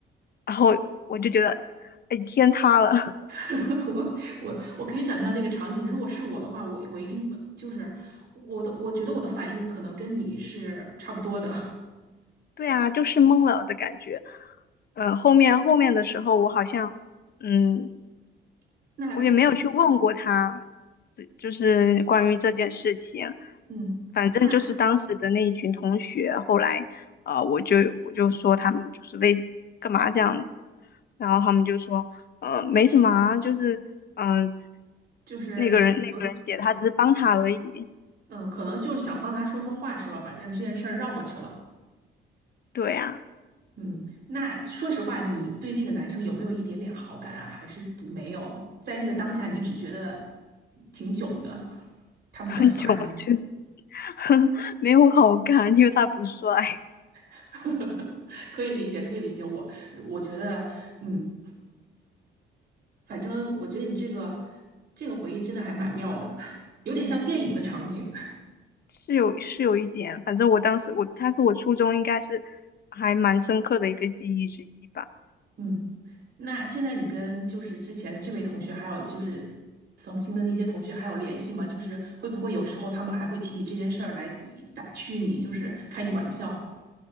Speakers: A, on the left; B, on the right.
A: 然后我就觉得，哎，天塌了，<laughs>
B: <laughs> 我我我可以想象那个场景，如果是我的话，我我一定不就是我的，我觉得我的反应可能跟你是差不多的。
A: 对啊，就是懵了的感觉，呃，后面后面的时候我好像。嗯，
B: <laughs> 那
A: 我也没有去问过他，就就是关于这件事情。
B: 嗯，
A: 反正就是当时的那一群同学，
B: 那
A: 后来呃，我就我就说他们就是为干嘛这样子，然后他们就说呃没什么啊，就是嗯、呃
B: 就是有
A: 那个人那个人写的，他只是帮他而已。
B: 嗯、呃可能就是想帮他说说话是吧？把让这件事儿绕过去了。
A: 对啊，
B: 嗯，那说实话，你对那个男生有没有一点点好感啊？还是没有？在那个当下，你只觉得挺囧的，<laughs> 他们想耍你，
A: 很囧，就是 <laughs> 没有好看，因为他不帅，
B: <laughs> 可以理解，可以理解。我我觉得，嗯，反正我觉得你这个这个回忆真的还蛮妙的，<laughs> 有点像电影的场景。
A: 是有是有一点。反正我当时我他是我初中应该是还蛮深刻的一个记忆之一吧。
B: 嗯，那现在你跟就是之前这位同学，还有就是曾经的那些同学还有联系吗？就是会不会有时候他们还会提起这件事儿来以打趣你，就是开你玩笑？